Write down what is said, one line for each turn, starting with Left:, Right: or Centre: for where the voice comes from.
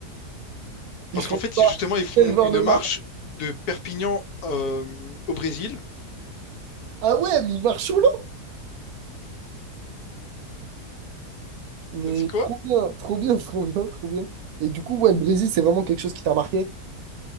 Right: Il
Left: Parce
Right: faut
Left: qu'en fait,
Right: voir
Left: ils- justement, ils font
Right: quel genre
Left: une
Right: de marque.
Left: marche de Perpignan euh, au Brésil.
Right: Ah ouais, mais il marche sur l'eau. Mais
Left: T'as dit quoi?
Right: trop bien, trop bien, trop bien, trop bien. Et du coup, ouais, le Brésil, c'est vraiment quelque chose qui t'a marqué?